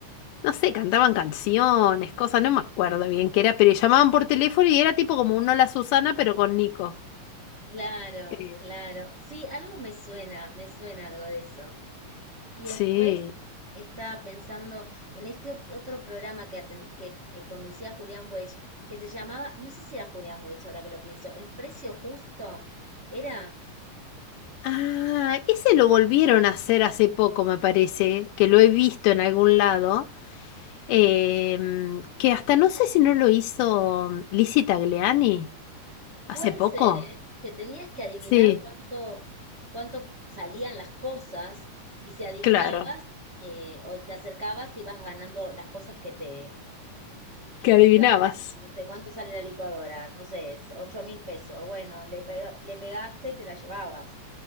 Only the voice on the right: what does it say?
Claro,
claro. Sí, algo me suena, me suena algo de eso. Y
después estaba pensando en este ot- otro programa que, aten- que eh, conducía Julián Weich, que se llamaba, no sé si era Julián Weich ahora que lo pienso, El Precio Justo, ¿era?
Puede
ser, ¿eh? Que tenías que adivinar
cuánto, cuánto salían las cosas y si adivinabas
eh, o te acercabas, te ibas ganando las cosas que te, que,
que te ibas ganando. No sé, ¿cuánto sale la licuadora? No sé, es 8 mil pesos. Bueno, le pega- le pegaste y te la llevabas.